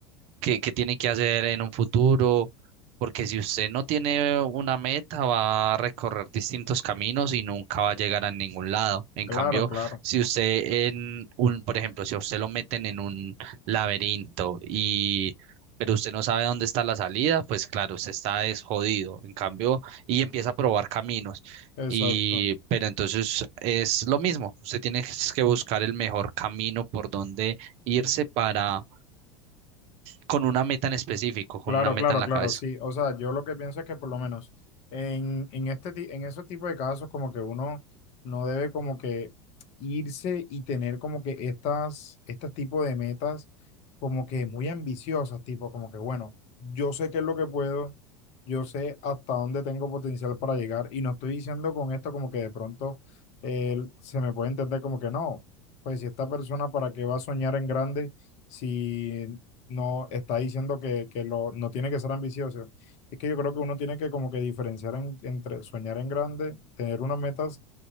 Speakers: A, on the right (about 45°); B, on the left (about 45°).
A: qué, qué tiene que hacer en un futuro, porque si usted no tiene una meta, va a recorrer distintos caminos y nunca va a llegar a ningún lado. En
B: claro,
A: cambio,
B: claro,
A: si usted en un, por ejemplo, si a usted lo meten en un laberinto y pero usted no sabe dónde está la salida, pues claro, usted está desjodido. En cambio, y empieza a probar caminos.
B: exacto.
A: Y, pero entonces es lo mismo, usted tiene que buscar el mejor camino por donde irse para con una meta en específico, con
B: Claro,
A: una meta
B: claro,
A: en la
B: claro,
A: cabeza.
B: sí. O sea, yo lo que pienso es que por lo menos en, en este, ti- en esos tipos de casos como que uno no debe como que irse y tener como que estas, estos tipo de metas como que muy ambiciosas, tipo como que bueno, yo sé qué es lo que puedo, yo sé hasta dónde tengo potencial para llegar y no estoy diciendo con esto como que de pronto eh, se me puede entender como que no, pues si esta persona para qué va a soñar en grande si no está diciendo que, que lo, no tiene que ser ambicioso. Es que yo creo que uno tiene que como que diferenciar en- entre soñar en grande, tener unas metas